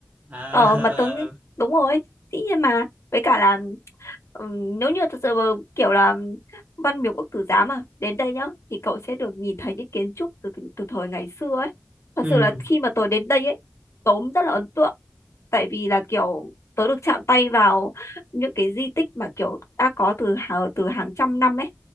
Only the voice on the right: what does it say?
Ờ,
ờ, ờ.
<laughs>
ừ